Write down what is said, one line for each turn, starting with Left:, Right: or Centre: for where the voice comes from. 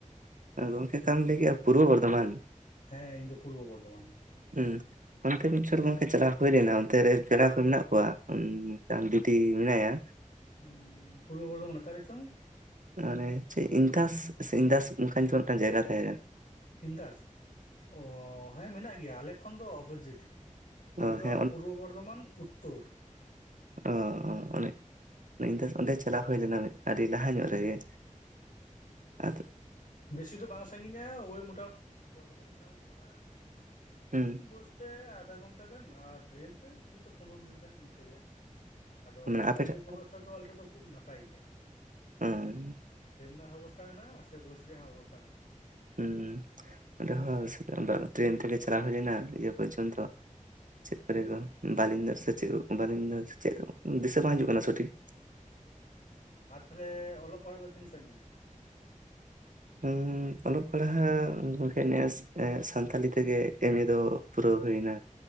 Right: ᱜᱚᱝᱠᱮ ᱚᱠᱟᱢ ᱞᱟᱹᱭ ᱠᱮᱫᱼᱟ ᱵᱩᱨᱩ ᱵᱚᱨᱫᱷᱚᱢᱟᱱ,
Left: ᱦᱮᱸ ᱦᱮᱸ ᱤᱧ ᱫᱚ ᱯᱩᱨᱩᱵ ᱵᱚᱨᱫᱷᱚᱢᱟᱱ᱾
Right: ᱦᱩᱸ, ᱚᱱᱛᱮ ᱢᱤᱫᱵᱚᱪᱷᱚᱨ ᱜᱚᱝᱠᱮ ᱪᱟᱞᱟᱣ ᱦᱩᱭ ᱞᱮᱱᱟ ᱚᱱᱛᱮ ᱨᱮ ᱯᱮᱲᱟ ᱠᱚ ᱢᱮᱱᱟᱜ ᱠᱚᱣᱟ ᱚᱱᱠᱟ ᱫᱤᱫᱤ ᱢᱮᱱᱟᱭᱟ᱾
Left: ᱦᱩᱸ ᱯᱩᱨᱵᱚ ᱵᱚᱨᱫᱷᱚᱢᱟᱱ ᱚᱠᱟᱨᱮᱪᱚᱝ?
Right: ᱢᱟᱱᱮ ᱪᱮᱫ ᱤᱱᱠᱟᱥ ᱥᱮ ᱤᱱᱫᱟᱥ ᱚᱱᱠᱟ ᱧᱩᱛᱩᱢᱟᱱ ᱢᱤᱫᱴᱟᱝ ᱡᱟᱭᱜᱟ ᱛᱟᱦᱮᱸ ᱠᱟᱱᱟ᱾
Left: ᱤᱱᱫᱟᱥ ᱚᱻ ᱦᱮᱸ ᱢᱮᱱᱟᱜ ᱜᱮᱭᱟ ᱟᱞᱮ ᱠᱷᱚᱱ ᱫᱚ ᱚᱵᱚᱡᱤᱴ᱾ ᱟᱞᱮᱫᱚ
Right: ᱚ ᱦᱮᱸ ᱚᱱᱮ
Left: ᱯᱩᱨᱵᱚ ᱵᱚᱨᱫᱷᱚᱢᱟᱱ ᱩᱛᱛᱚᱨ᱾
Right: ᱚ ᱚᱻ ᱚᱱᱮ ᱚᱱᱮ ᱤᱱᱫᱟᱥ ᱚᱸᱰᱮ ᱪᱟᱞᱟᱣ ᱦᱩᱭ ᱞᱮᱱᱟ ᱟᱹᱰᱤ ᱞᱟᱦᱟ ᱧᱚᱜ ᱨᱮᱜᱮ᱾ ᱟᱫᱚ
Left: ᱵᱮᱥᱤ ᱫᱚ ᱵᱟᱝ ᱥᱟᱺᱜᱤᱧᱟ ᱳᱭ ᱢᱚᱴᱟᱢᱩᱴᱤ ᱵᱚᱨᱫᱷᱚᱢᱟᱱ ᱴᱟᱣᱩᱢᱱ ᱠᱷᱚᱱᱟᱜ,
Right: ᱦᱩᱸ
Left: ᱵᱩᱥᱛᱮ ᱟᱫᱷᱟ ᱜᱷᱚᱱᱴᱟ ᱜᱟᱱ ᱟᱨ ᱴᱨᱮᱹᱱ ᱛᱮ ᱦᱚᱭᱛᱚ ᱯᱚᱱᱨᱚ ᱢᱤᱱᱤᱴ ᱜᱟᱱ ᱤᱱᱠᱟᱹᱜᱮ᱾ ᱟᱫᱚ
Right: ᱢᱟᱱᱮ
Left: ᱡᱳᱜᱟᱡᱳᱜᱽ
Right: ᱟᱯᱮ ᱴᱷᱮᱡ
Left: ᱵᱮᱵᱚᱥᱛᱷᱟ ᱫᱚ ᱟᱞᱮ ᱴᱷᱮᱱ ᱫᱚ ᱠᱷᱩᱵ ᱱᱟᱯᱟᱭ ᱜᱮᱭᱟ᱾
Right: ᱦᱮᱸᱻ
Left: ᱴᱨᱮᱱ ᱨᱮᱱᱟᱜ ᱦᱚᱸ ᱚᱵᱚᱥᱛᱟ ᱢᱮᱱᱟᱜᱼᱟ ᱥᱮ ᱵᱳᱚᱥ ᱨᱮᱭᱟᱜ ᱦᱚᱸ ᱚᱵᱚᱥᱛᱟ ᱢᱮᱱᱟᱜᱼᱟ᱾
Right: ᱦᱩᱸ ᱚᱱᱰᱮ ᱦᱳ <unintelligible> ᱴᱨᱮᱱ ᱛᱤᱜᱮ ᱪᱟᱞᱟᱣ ᱦᱩᱭᱞᱤᱱᱟ ᱱᱤᱭᱟᱹ ᱯᱚᱨᱡᱚᱱᱛᱚ, ᱪᱮᱫ ᱠᱚᱨᱮ ᱠᱚ ᱵᱟᱞᱤᱧ ᱫᱟᱨ ᱥᱮ ᱪᱮᱫ ᱵᱟᱹᱞᱤᱧ ᱫᱟᱨ ᱪᱮ ᱪᱮᱫ ᱫᱤᱥᱟᱹ ᱵᱟᱝ ᱦᱤᱡᱩᱜ ᱠᱟᱱᱟ ᱥᱚᱴᱷᱤᱠ᱾
Left: ᱢᱮᱱᱟᱜᱼᱟ ᱟᱨ ᱛᱟᱦᱚᱞᱮ ᱚᱞᱚᱜ ᱯᱟᱲᱦᱟᱜ ᱫᱚ ᱛᱤᱱᱟᱹᱜ ᱥᱟᱺᱜᱤᱧ? <inaudible>
Right: ᱦᱩᱸᱻ ᱚᱞᱚᱜ ᱯᱟᱲᱦᱟᱣ ᱜᱚᱝᱠᱮ ᱱᱮᱥ ᱥᱟᱱᱛᱦᱟᱞᱤ ᱛᱮᱜᱮ ᱮ ᱢᱮ ᱫᱚ, ᱯᱩᱨᱟᱹᱣ ᱦᱩᱭᱮᱱᱟ᱾